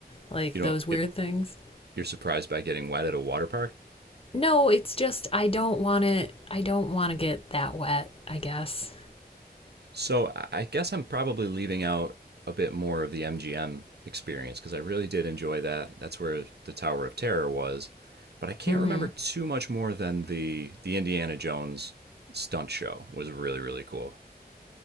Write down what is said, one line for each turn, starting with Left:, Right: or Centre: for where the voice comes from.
Left: Like
Right: You know,
Left: those weird things.
Right: you're surprised by getting wet at a water park.
Left: No, it's just I don't want to. I don't want to get that wet. I guess.
Right: So I- guess I'm probably leaving out a bit more of the MGM experience because I really did enjoy that. That's where the Tower of Terror was, but I can't
Left: Mm-hmm.
Right: remember too much more than the the Indiana Jones stunt show was really really cool.